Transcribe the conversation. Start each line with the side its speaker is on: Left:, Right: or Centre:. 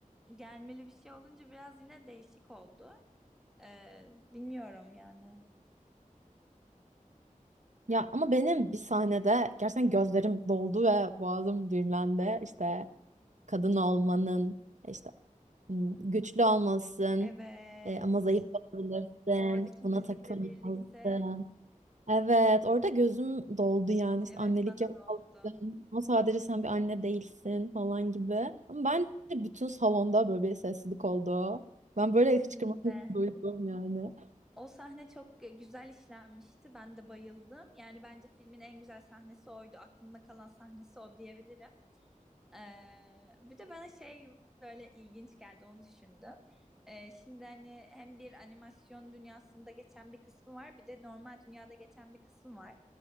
Centre: gelmeli bir şey olunca biraz yine değişik oldu. E, bilmiyorum yani.
Right: Ya ama benim bir sahnede gerçekten gözlerim doldu ve boğazım düğümlendi. İşte kadın olmanın işte Hmm, Güçlü olmalısın
Centre: Evet.
Right: e, ama zayıf olabilirsin.
Centre: Oradaki
Right: Buna
Centre: müzikle
Right: takılmalısın.
Centre: birlikte
Right: Evet, orada gözüm doldu yani. İşte
Centre: evet
Right: annelik
Centre: bana
Right: yapmalısın.
Centre: da oldu.
Right: Ama sadece sen bir anne değilsin falan gibi. Ama bence bütün salonda böyle bir sessizlik oldu. Ben böyle
Centre: Kesinlikle.
Right: hıçkırmak <laughs> duydum yani.
Centre: O sahne çok güzel işlenmişti. Ben de bayıldım. Yani bence filmin en güzel sahnesi oydu. Aklımda kalan sahnesi o diyebilirim. Ee, bir de bana şey böyle ilginç geldi onu düşündüm. Ee, şimdi hani hem bir animasyon dünyasında geçen bir kısmı var bir de normal dünyada geçen bir kısmı var.